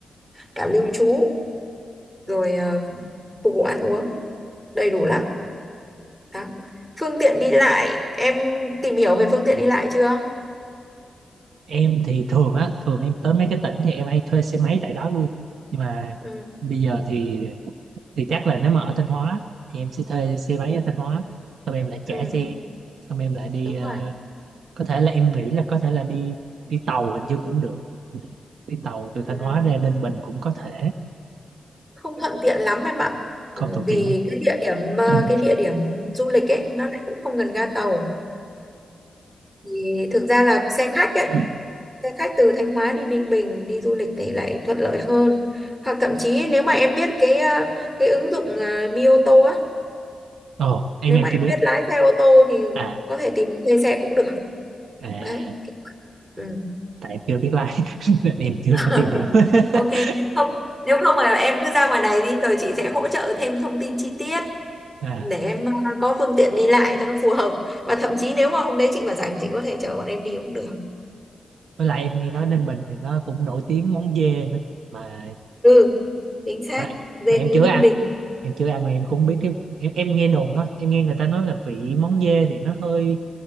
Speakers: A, on the right; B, on the right.
A: cả lưu trú, rồi ờ, phục vụ ăn uống. đầy đủ lắm Đó. Phương tiện đi lại em tìm hiểu về phương tiện đi lại chưa?
B: em thì thường á thường em tới mấy cái tỉnh thì em hay thuê xe máy tại đó luôn nhưng mà
A: Ừ,
B: bây giờ thì thì chắc là nếu mà ở Thanh Hóa thì em sẽ thuê xe máy ở Thanh Hóa xong em lại
A: ừ,
B: trả xe xong em lại đi
A: đúng
B: ờ,
A: rồi.
B: có thể là em nghĩ là có thể là đi đi tàu hình như cũng được đi tàu từ
A: Ừ,
B: Thanh Hóa ra Ninh Bình cũng có thể
A: không thuận tiện lắm em ạ.
B: không
A: Ừ,
B: tốn
A: vì
B: tiền lắm
A: cái địa điểm ờ,
B: <coughs>
A: cái địa điểm du lịch ấy nó lại cũng không gần ga tàu. Thì thực ra là xe khách ấy,
B: <clears throat>
A: xe khách từ Thanh Hóa đi Ninh Bình đi du lịch thì lại thuận lợi hơn. Hoặc thậm chí nếu mà em biết cái ờ, cái ứng dụng ờ, Mi ô tô á,
B: ồ em
A: nếu
B: em
A: mà em
B: chưa biết
A: biết lái xe ô tô thì
B: à
A: có thể tìm thuê xe cũng được.
B: à
A: Đấy. Ừ.
B: tại em chưa biết lái <laughs> nên em chưa
A: <laughs>
B: có tìm hiểu
A: Ok,
B: <laughs>
A: không nếu không mà em cứ ra ngoài này đi rồi chị sẽ hỗ trợ thêm thông tin chi tiết
B: à
A: để em ờ, có phương tiện đi lại cho nó phù hợp và thậm chí nếu mà hôm đấy chị mà rảnh chị có thể chở bọn em đi cũng được.
B: với lại em nghe nói Ninh Bình thì nó cũng nổi tiếng món dê nữa mà
A: Ừ, chính xác,
B: mà,
A: dê
B: mà em
A: nướng
B: chưa
A: Ninh
B: ăn
A: Bình.
B: em chưa ăn mà em cũng không biết cái em em nghe đồn thôi em nghe người ta nói là vị món dê thì nó hơi